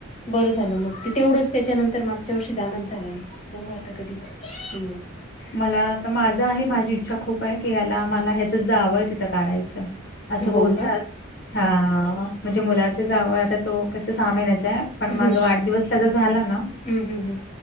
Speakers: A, on the left; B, on the left.
A: बरं झालं मग ते तेवढंच त्याच्यानंतर मागच्या वर्षी जाणच झाल नाही बघू आता कधी योग
B: मला तर माझा आहे माझी इच्छा खूप आहे की ह्याला मला ह्याच जावळ तिथं काढायचंय असं
A: हो
B: बोलतात
A: का
B: हा म्हणजे मुलाच जावळ आता तो कस सहा महिन्याचा आहे पण
A: हम्म
B: माझा वाढदिवस त्याचा झाला ना
A: हम्म हम्म हम्म